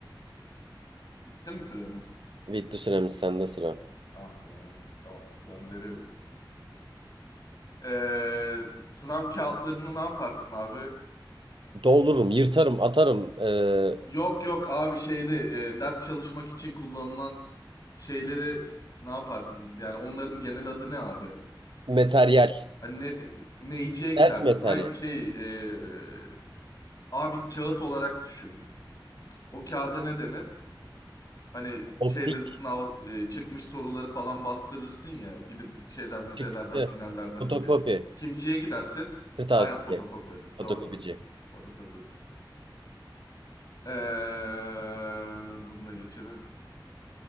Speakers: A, on the left; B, on the right.
A: Bitti mi süremiz?
B: Bitti süremiz sende sıra.
A: Ah be. Tamam gönderiyorum. Ee, sınav kağıtlarını ne yaparsın abi?
B: Doldururum, yırtarım, atarım. ee,
A: Yok yok abi şeyde e, ders çalışmak için kullanılan şeyleri ne yaparsın? Yani onların genel adı ne abi?
B: materyal.
A: Hani ne, neyciye gidersin?
B: Ders materyal.
A: Hayır şey e, abi kağıt olarak düşün. O kağıda ne denir? Hani
B: Optik
A: şeyleri sınav e, çıkmış soruları falan bastırırsın ya gidip şeyden vizelerden
B: Çıktı.
A: finallerden
B: Fotokopi.
A: önce. Kimciye gidersin?
B: Kırtasiye.
A: Aynen fotokopi.
B: Fotokopici.
A: Doğru. Fotokopi. Ee, bunu da geçelim.